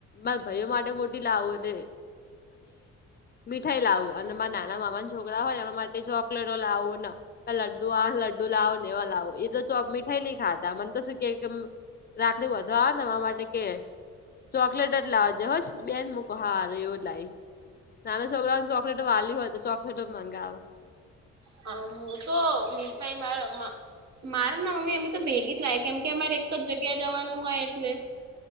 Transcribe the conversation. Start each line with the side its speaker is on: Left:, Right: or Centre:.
Left: મારા ભાઈઓ માટે મોટી લાવું એ મીઠાઈ લાવું અને માર નાના મામા ના છોકરા હોય એના માટે ચોકલેટો લાવું ને લડું આવ લડું લાવો ને એવા લાવો એ તો ચો મીઠાઈ નહી ખાતા મને તો શું કે રાખડી બાંધવા આવે નેતો અમાર માટે કે ચોકલેટ જ લાવજે હો બેને મુક હાર એવું જ લાવીશ નાના છોકરાઓને ચોકલેટ વાલી હોય તો ચોકલેટ ગ આવે
Right: હા હું તો મીઠાઈ માર મારે ના મમ્મી અમે તો ભેગી જ લાય કેમ કે અમારે એક જ જગ્યા જવાનું હોય એટલે